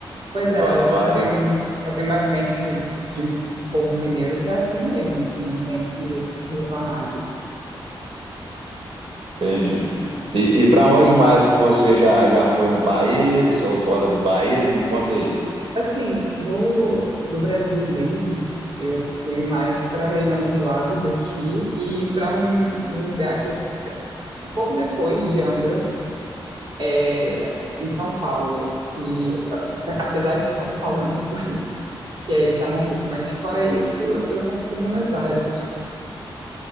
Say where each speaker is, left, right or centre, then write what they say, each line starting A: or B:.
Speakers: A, on the right; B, on the right.
A: Pois
B: De
A: é,
B: va-
A: eu
B: vários,
A: eu tenho eu tenho uma vivência de, de povo mineiro que é assim mesmo, assim, não tem que, que reclamar disso.
B: entende?
A: assim.
B: E, e para onde mais que você já, já foi no país ou fora do país? Me conta aí.
A: Assim, no, no Brasil mesmo, eu fui mais para a região dos lagos daqui e para um, um lugar que é um pouco depois de Angra, é, em São Paulo, que a- apesar de São Paulo é muito <laughs> bonito, que é Itamambuca, mas fora isso, eu só fui para Buenos Aires